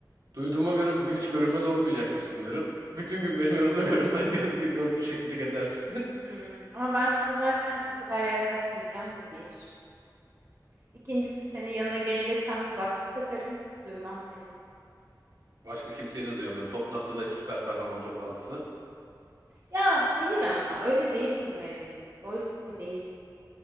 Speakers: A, on the right (about 60°); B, on the right (about 45°).
A: Duyduğuma göre bugün hiç görünmez olmayacakmışsın derim. Bütün gün benim yanımda <laughs> görünmez ge- görünür şekilde gezersin.
B: Hmm, ama ben sana zaten o kadar yaklaşmayacağım bu bir. İkincisi senin yanına geleceksem kulaklık takarım. Duymam seni.
A: <laughs> Başka kimseyi de duyamıyorum. Toplantıdayız süper kahraman toplantısı.
B: Ya hayır ama öyle değil bizim evrenimiz. Boys gibi değil